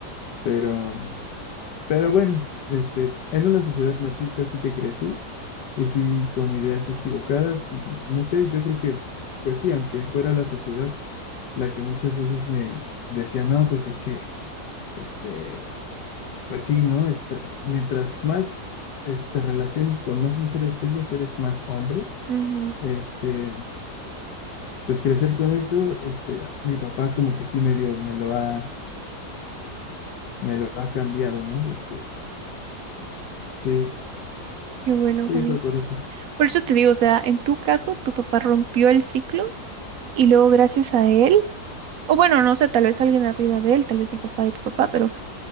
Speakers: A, on the left (about 85°); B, on the right (about 65°).
A: pero, pero bueno, este, en una sociedad machista sí que crecí, y sí con ideas equivocadas, y no sé, yo creo que, pues sí, aunque fuera la sociedad la que muchas veces me decía, no, pues es que, este, pues sí, ¿no? Este, mientras más, este, relaciones con más mujeres tengas, eres más hombre,
B: Ujú,
A: este... Pues crecer con eso, este, mi papá como que sí medio me lo ha, me lo ha cambiado, ¿no? Este, sí,
B: Qué bueno,
A: sí,
B: Juanín.
A: fue por eso.
B: Por eso te digo, o sea, en tu caso, tu papá rompió el ciclo y luego gracias a él, o bueno, no sé, tal vez alguien arriba de él, tal vez el papá de tu papá, pero,